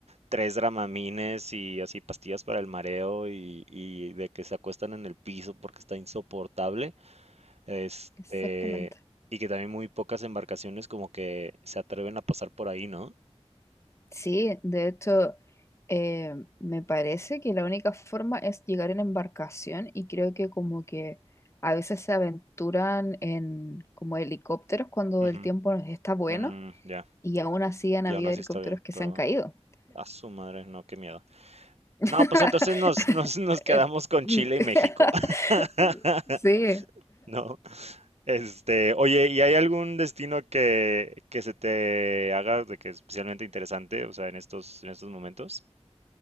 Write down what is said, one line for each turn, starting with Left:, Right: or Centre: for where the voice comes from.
Right: tres dramamines y así pastillas para el mareo y, y de que se acuestan en el piso porque está insoportable, este,
Left: exactamente.
Right: y que también muy pocas embarcaciones como que se atreven a pasar por ahí, ¿no?
Left: Sí, de hecho, eh, me parece que la única forma es llegar en embarcación y creo que como que a veces se aventuran en como helicópteros cuando
Right: Ujú,
Left: el tiempo está bueno
Right: mm, ya,
Left: Y aún así han
Right: Y
Left: habido
Right: aún así
Left: helicópteros
Right: está bien,
Left: que
Right: perdón.
Left: se han caído.
Right: A su madre, no, qué miedo.
Left: <laughs>
Right: No, pues entonces nos, nos, nos quedamos
Left: Eh,
Right: con
Left: <laughs>
Right: Chile y México. <laughs>
Left: Sí.
Right: No, este, oye, ¿y hay algún destino que, que se te haga de que especialmente interesante, o sea, en estos, en estos momentos?